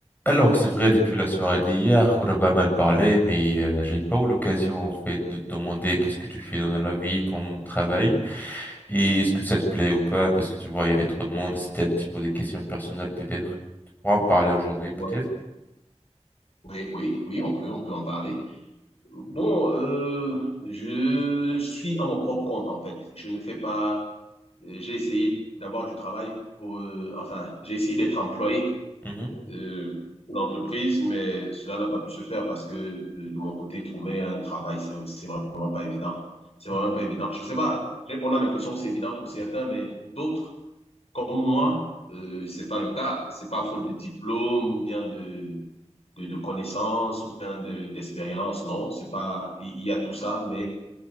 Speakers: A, on the left; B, on the left.
A: Alors, c'est vrai, depuis la soirée d'hier qu'on a pas mal parlé, mais euh, j'ai pas eu l'occasion en fait de te demander qu'est-ce que tu fais dans la vie, comme travail, et est-ce que ça te plaît ou pas, parce que tu vois, il y avait trop de monde, et c'était un petit peu des questions personnelles peut-être. Tu pourras en parler aujourd'hui peut-être.
B: Ouais, oui, oui, oui, on peut, on peut en parler. Bon, euh, je suis à mon propre compte en fait. Je ne fais pas. euh, j'ai essayé d'avoir du travail pour. euh, enfin, j'ai essayé d'être employé
A: Mhm,
B: euh, pour l'entreprise, mais cela n'a pas pu se faire parce que euh, de mon côté, trouver un travail, c'est c'est vraiment pas évident. C'est
A: mhm,
B: vraiment pas évident. Je sais pas. j'ai- On a l'impression que c'est évident pour certains, mais pour d'autres, comme moi, euh, c'est pas le cas. C'est pas faute de diplôme ou bien de de, de connaissances ou bien d'expérience. De, d'expérience, non, c'est pas, il y, y, a tout ça, mais